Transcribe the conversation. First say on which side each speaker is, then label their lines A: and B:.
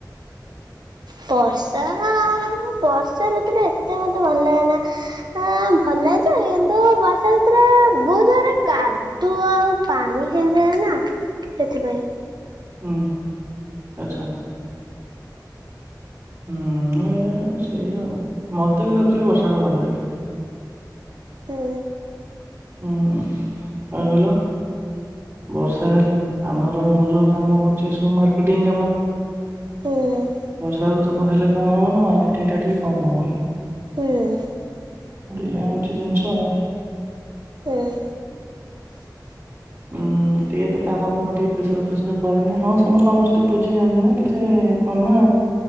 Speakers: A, on the right; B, on the right.
A: ବର୍ଷା ତା ନା ବର୍ଷା ଋତୁ ଟା ଏ ଏତେ ମୋତେ ଭଲ ଲାଗେନା ଆଁ ଭଲ ଲାଗଛ କିନ୍ତୁ ବର୍ଷା ଋତୁରେ ରେ ବହୁ ଜାଗାରେ କାଦୁଅ ଆଉ ପାଣି ହେଇଯାଏ ନା ସେଥିପାଇଁ।
B: ହୁଁ ଆଚ୍ଛା, ହୁଁ ସେଇଆ ଆଉ, ମତେ କିନ୍ତୁ ଆକ୍ଚୁଆଲି ବର୍ଷା ଟା ଭଲ ଲାଗେ
A: ହୁଁ!
B: ହୁଁ କଣ କହିଲ, ବର୍ଷା ହେଲେ ଆମର ମୁଁ ଯୋଉ କାମ କରୁଚି, ସବୁ ମାର୍କେଟିଂ କାମ
A: ହୁଁ
B: ବର୍ଷା ଋତୁ ହେଲେ କଣ ହବ, ନା ମାର୍କେଟିଂ ଟା ଟିକେ କମ ହବ।
A: ହୁଁ!
B: ଦିଆ ହେଇଛି ଜିନିଷ ଆଉ।
A: ହୁଁ
B: ହୁଁ ଟିକେ ତ କାମ କରିବାକୁ ଟିକେ ପ୍ରେସର ଫେସର ପଡେନି ହଁ ସେମାନେ ସମସ୍ତେ ବୁଝି ଯାଆନ୍ତି ନା କି ଯେ କଣ ନା